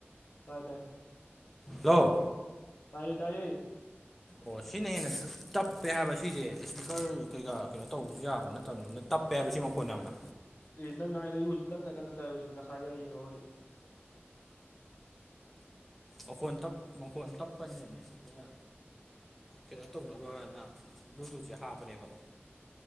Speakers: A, on the left; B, in the centre.
A: ꯇꯥꯏ ꯇꯥꯏ
B: ꯂꫭ
A: ꯇꯥꯏꯌꯦ ꯇꯥꯏꯌꯦ
B: ꯑꯣ ꯁꯤꯅ ꯍꯦꯟꯅ ꯇꯞꯄꯦ ꯍꯥꯏꯕ ꯁꯤꯖꯦ ꯏꯁꯄꯤꯀꯔ ꯀꯩꯀꯥ ꯀꯩꯅꯣ ꯇꯧꯕꯁꯨ ꯌꯥꯕ ꯅꯠꯇꯕꯅꯤꯅ ꯇꯞꯄꯦ ꯍꯥꯏꯕꯁꯤ ꯃꯈꯣꯟ ꯌꯥꯝꯅ
A: ꯑꯦ ꯅꯪ ꯉꯥꯡꯏꯗꯣ ꯑꯩ ꯍꯧꯖꯤꯛ ꯀꯟꯅ ꯀꯟꯅ ꯇꯥꯏ ꯍꯧꯖꯤꯛ ꯉꯁꯥꯏꯒ ꯌꯦꯡꯉꯨꯔꯗꯤ
B: ꯃꯈꯣꯟ ꯇꯞ ꯃꯈꯣꯟ ꯇꯞꯄꯅꯤꯅꯅꯦ ꯑꯩꯅ ꯀꯩꯅꯣ ꯇꯧꯅꯕꯅ ꯕ꯭ꯂꯨꯇꯨꯠꯁꯦ ꯍꯥꯞꯄꯅꯦꯕ